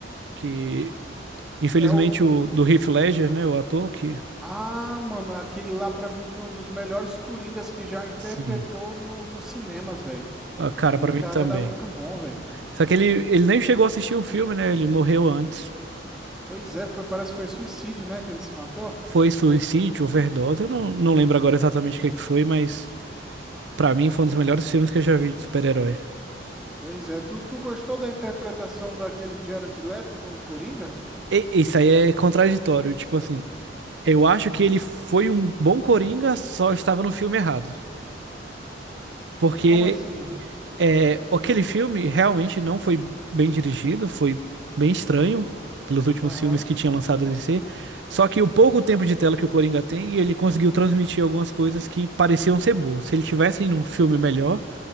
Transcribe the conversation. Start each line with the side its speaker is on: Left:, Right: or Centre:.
Right: que infelizmente
Centre: É o,
Right: o
Centre: o-
Right: do Heath Ledger, né, o ator que,
Centre: Ah, mano, aquele lá pra mim foi um dos melhores Coringas que já interpretou
Right: sim,
Centre: no, nos cinemas, velho.
Right: a cara
Centre: Aquele
Right: pra
Centre: cara
Right: mim também.
Centre: era muito bom, velho.
Right: Só que ele, ele nem chegou a assistir o filme, né? Ele morreu antes.
Centre: Pois é, foi, parece que foi suicídio, né, que ele se matou?
Right: Foi suicídio, overdose. Eu não, não lembro agora exatamente o que é que foi, mas pra mim foi um dos melhores filmes que eu já vi de super-herói.
Centre: Pois é, tu, tu gostou da interpretação daquele Jared Leto como Coringa?
Right: E- Isso aí é contraditório, tipo assim, eu acho que ele foi um bom Coringa, só estava no filme errado. Porque
Centre: Como assim?
Right: É, aquele filme realmente não foi bem dirigido, foi bem estranho pelos últimos
Centre: Aham,
Right: filmes que tinha lançado a DC. Só que o pouco tempo de tela que o Coringa tem, ele conseguiu transmitir algumas coisas que pareciam ser boas. Se ele tivesse em um filme melhor,